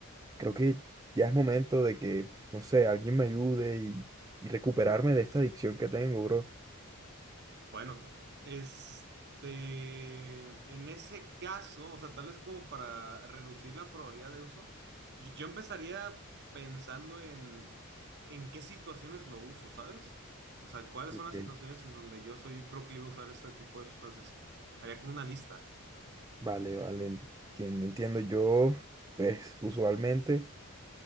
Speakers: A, on the right; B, on the right.
A: creo que ya es momento de que, no sé, alguien me ayude y, y recuperarme de esta adicción que tengo, bro.
B: Bueno, este, en ese caso, o sea, tal vez como para reducir la probabilidad de uso, yo, yo empezaría pensando en, en qué situaciones lo uso, ¿sabes? O sea, cuáles
A: Ok.
B: son las situaciones en donde yo soy proclive a usar este tipo de sustancias. Haría como una lista.
A: Vale, vale, entiendo, entiendo. Yo, pues, usualmente...